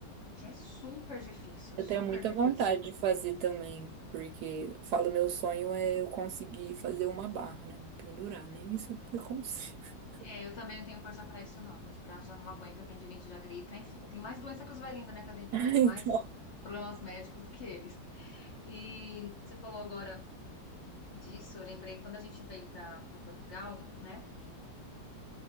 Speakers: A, on the left; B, on the right.
A: Que é super difícil,
B: Eu
A: super
B: tenho muita
A: difícil.
B: vontade de fazer também, porque eu falo, meu sonho é eu conseguir fazer uma barra, né? Me pendurar, nem isso eu consigo. <laughs>
A: É, eu também não tenho força pra isso, não. Meus braços já não aguentam, tendinite já grita, enfim. Eu tenho mais doença que os velhinhos da minha academia.
B: Então,
A: Tenho mais problemas médicos do que eles. E você falou agora disso, eu lembrei quando a gente veio pra pra Portugal, né?